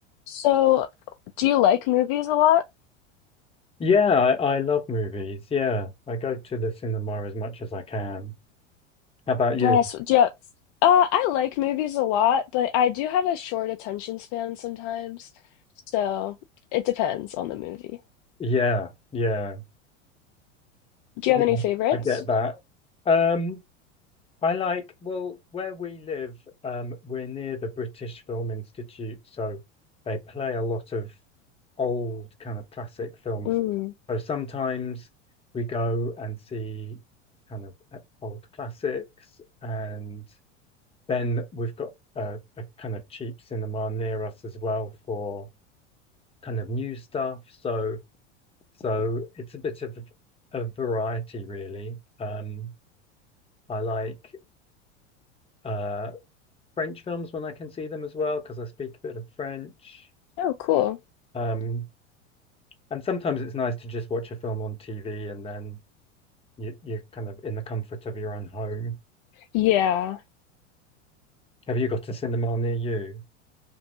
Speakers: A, on the left; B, on the left.
A: So, do you like movies a lot?
B: Yeah, I, I love movies. Yeah, I go to the cinema as much as I can. How about you?
A: Nice. Yeah. Uh, I like movies a lot, but I do have a short attention span sometimes. So, it depends on the movie.
B: Yeah, yeah,
A: Do
B: yeah,
A: you have any favorites?
B: I get that. Um, I like, well, where we live, um, we're near the British Film Institute, so they play a lot of old kind of classic films.
A: Mm.
B: So sometimes we go and see kind of uh, old classics and Then we've got a, a kind of cheap cinema near us as well for kind of new stuff. So so it's a bit of a variety really. Um, I like uh, French films when I can see them as well because I speak a bit of French.
A: Oh, cool.
B: Um, and sometimes it's nice to just watch a film on TV and then you, you're kind of in the comfort of your own home.
A: Yeah.
B: Have you got a cinema near you?